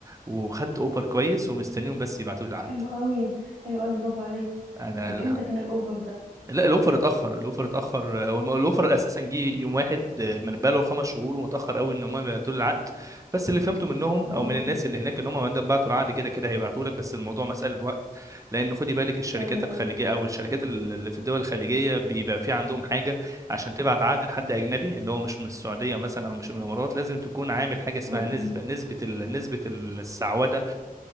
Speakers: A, on the right; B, on the right.
A: وخدت اوفر كويس ومستنيهم بس يبعتوا
B: طب
A: لي العقد
B: حلو قوي حلو قوي برافو عليك
A: انا
B: طب امتى كان الاوفر ده
A: لا الاوفر اتاخر الاوفر اتاخر هو الم- الاوفر اساسا جه يوم واحد آه، من بقاله خمس شهور ومتاخر قوي ان هم يبعتوا لي العقد بس اللي فهمته منهم
B: اه
A: او من الناس اللي هناك ان هم عندما بعتوا العقد كده كده هيبعتوا لك بس الموضوع مساله وقت لان خدي بالك الشركات
B: ايوه
A: الخليجيه
B: ايوه
A: او الشركات اللي في الدول الخليجيه بيبقى في عندهم حاجه عشان تبعت عقد لحد اجنبي اللي هو مش من السعوديه مثلا او مش من الامارات لازم تكون عامل حاجه اسمها
B: امم
A: نسبه نسبه ال... نسبه السعوده